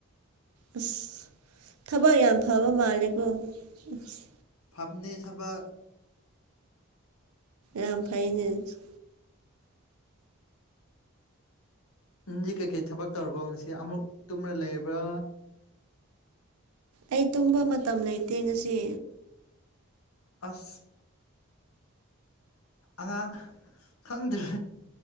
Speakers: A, on the right; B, on the left.
A: ꯑꯁ ꯊꯕꯛ ꯌꯥꯝ ꯐꯕ ꯃꯥꯜꯂꯦꯀꯣ ꯑꯁ
B: ꯍꯥꯞꯅꯦ ꯁꯥꯕ
A: ꯑ ꯐꯥꯏꯩꯅꯁ
B: ꯅꯪꯗꯤ ꯀꯩꯀꯩ ꯊꯕꯛ ꯇꯧꯔꯕꯣ ꯉꯁꯤ ꯑꯃꯨꯛ ꯇꯨꯝ꯭ꯔ ꯂꯩꯕ꯭ꯔꯥ
A: ꯑꯩ ꯇꯨꯝꯕ ꯃꯇꯝ ꯂꯩꯇꯦ ꯉꯁꯤ
B: ꯑꯁ ꯑꯉꯥꯡ ꯈꯪꯗ꯭ꯔꯦ